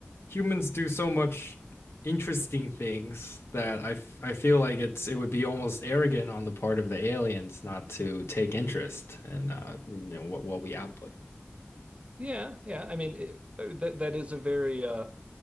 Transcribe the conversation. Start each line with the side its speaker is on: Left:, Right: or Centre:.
Left: humans do so much interesting things that I f- I feel like it's it would be almost arrogant on the part of the aliens not to take interest in uh, you know what what we output.
Right: Yeah, yeah. I mean, it, uh, that that is a very uh